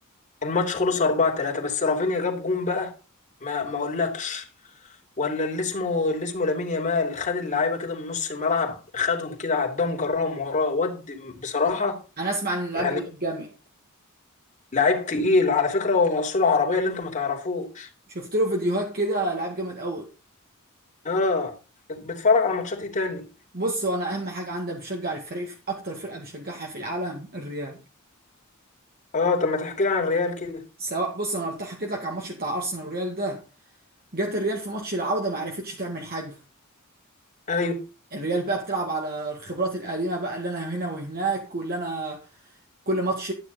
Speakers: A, on the left (about 35°); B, on the right (about 45°).
A: الماتش خلص 4 3 بس رافينيا جاب جون بقى ما ما اقولكش ولا اللي اسمه اللي اسمه لامين يامال خد اللعيبة كده من نص الملعب خدهم كده عدهم جرهم وراه ود بصراحة
B: انا اسمع عن اللاعب
A: يعني
B: ده لعيب جامد
A: لعيب تقيل على فكرة هو أصوله عربية اللي أنت ما تعرفوش
B: شفت له فيديوهات كده لعيب جامد قوي
A: اه بتتفرج على ماتشات إيه تاني
B: بص هو انا اهم حاجه عندي بشجع الفريق في اكتر فرقه بشجعها في العالم الريال
A: اه طب ما تحكي لي عن الريال كده
B: سواء بص انا قلت حكيت لك على الماتش بتاع ارسنال والريال ده جت الريال في ماتش العوده ما عرفتش تعمل حاجه
A: أيوه
B: الريال بقى بتلعب على الخبرات القديمه بقى اللي انا هنا وهناك واللي انا كل ماتش